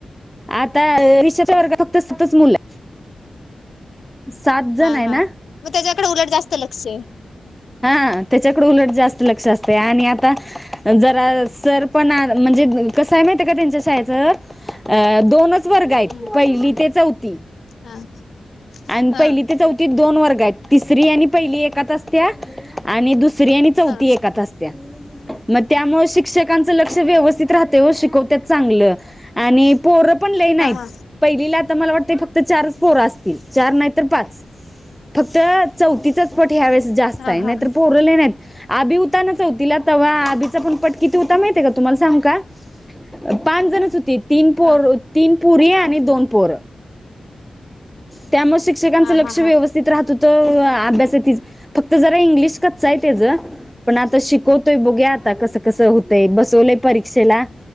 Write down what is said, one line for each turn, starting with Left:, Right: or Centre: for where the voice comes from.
Centre: आता ईषाच्या वर्ग फक्त सतच मुलं सात जण
Left: हा
Centre: आहे
Left: हा
Centre: ना?
Left: मग त्याच्याकडे उलट जास्त लक्ष.
Centre: हा त्याच्याकडे उलट जास्त लक्ष असतय आणि आता जरा सर पण म्हणजे कस हाय माहित्या का त्यांच्या शाळेच दोनच च वर्ग आहे,
Left: हम्म,
Centre: पहिली ते चौथी
Left: हा
Centre: आणि
Left: हा
Centre: पहिली ते चौथीत दोन वर्ग आहेत. तिसरी आणि पहिली एकात असत्या आणि दुसरी आणि चौथी
Left: हा
Centre: एकत असत्या मग त्यामुळे शिक्षकांचं लक्ष व्यवस्थित राहतय ओ शिकवत्यात चांगलं आणि पोरं पण लई नाहीत.
Left: हा
Centre: पहिलीला आता मला वाटतं फक्त चारच पोर असतील चार नाहीतर पाच फक्त चौथीचाच पट ह्या वेळेस जास्त
Left: हा
Centre: आहे
Left: हा हा
Centre: नाहीतर पो र लई नाहीत, अभि होता ना चौथीला तवा अभिचा पण पट किती होता माहिय का तुम्हाला सांगु का पाच जणच होती तीन पोर
Left: हा
Centre: तीन पोरी आणि दोन पोर, त्यामुळे संग सगळ्यांच
Left: हा
Centre: लक्ष
Left: हा हा
Centre: व्यवस्थित राहत होत, अभ्यासातच फक्त जरा इंग्लिश कच आहे त्याच पण आता शिकवतोय बघूया आता कसं कसं होतंय, बस सवलय परीक्षेला